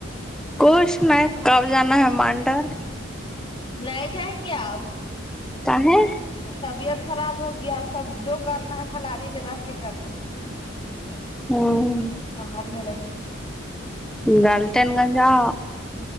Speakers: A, in the centre; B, on the left.
A: کچھ نہیں کب جانا ہے مانڈر
B: لئے جائیں گے آپ
A: کہاہ
B: طبیعت خراب ہوگی اب سب جو کرنا ہے کھلاریی میں رہ کے کرنا ہے <inaudible>
A: ہوں
B: پہاڑ میں گے
A: ولٹن گنج آ